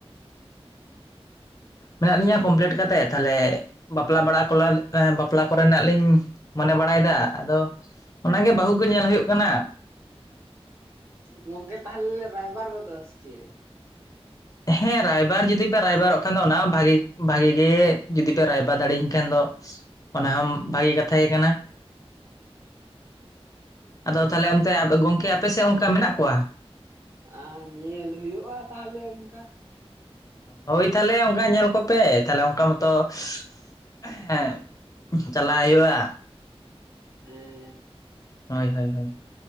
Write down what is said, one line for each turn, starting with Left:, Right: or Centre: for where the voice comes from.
Right: <inaudible>
Left: ᱢᱮᱱᱟᱜ ᱞᱤᱧᱟᱹ ᱠᱚᱢᱯᱞᱤᱴ ᱠᱟᱛᱮᱫ᱾ ᱛᱟᱦᱞᱮ ᱵᱟᱯᱞᱟ ᱵᱟᱲᱟ ᱠᱚ ᱵᱟᱯᱞᱟ ᱠᱚᱨᱮᱱᱟᱜ ᱞᱤᱧ ᱢᱚᱱᱮ ᱵᱟᱲᱟᱭᱮᱫᱟ, ᱟᱫᱚᱼᱼ ᱚᱱᱟ ᱜᱮ ᱵᱟᱹᱦᱩ ᱠᱚ ᱧᱮᱞ ᱦᱩᱭᱩᱜ ᱠᱟᱱᱟ᱾
Right: ᱜᱚᱝᱠᱮ, ᱛᱟᱦᱚᱞᱮ ᱞᱮ ᱨᱟᱭᱵᱟᱨ ᱜᱚᱫᱚᱜ ᱟᱥᱮ ᱪᱮᱫ?
Left: ᱦᱮᱸ ᱨᱟᱭᱵᱟᱨ ᱡᱩᱫᱤ ᱯᱮ ᱨᱟᱭᱵᱟᱨᱚᱜ ᱠᱷᱟᱱ ᱫᱚ ᱚᱱᱟ ᱵᱷᱟᱜᱤ ᱵᱷᱟᱜᱤ ᱜᱮ ᱡᱩᱫᱤ ᱯᱮ ᱨᱟᱭᱵᱟᱨ ᱫᱟᱲᱮᱭᱟᱹᱧ ᱠᱷᱟᱱ ᱫᱚ᱾ ᱚᱱᱟ ᱦᱚᱸ ᱵᱷᱟᱜᱮ ᱠᱟᱛᱷᱟ ᱜᱮ ᱠᱟᱱᱟ᱾ ᱟᱫᱚ ᱛᱟᱦᱚᱞᱮ ᱚᱱᱛᱮ ᱜᱚᱝᱠᱮ ᱟᱯᱮ ᱥᱮᱫ ᱚᱱᱠᱟ ᱢᱮᱱᱟᱜ ᱠᱚᱣᱟ?
Right: ᱟ ᱧᱮᱞ ᱦᱩᱭᱩᱜᱼᱟ, ᱛᱟᱦᱚᱞᱮ ᱚᱱᱠᱟ᱾
Left: ᱦᱳᱭ, ᱛᱟᱦᱚᱞᱮ ᱚᱱᱠᱟ ᱧᱮᱞ ᱠᱚᱯᱮ ᱛᱟᱦᱚᱞᱮ ᱚᱱᱠᱟ ᱢᱚᱛᱚ <unintelligible> ᱦᱮᱸ᱾ <unintelligible> ᱪᱟᱞᱟᱜ ᱦᱩᱭᱩᱜᱼᱟ᱾
Right: ᱦᱮᱸ
Left: ᱦᱳᱭ, ᱦᱳᱭ, ᱦᱳᱭ ᱾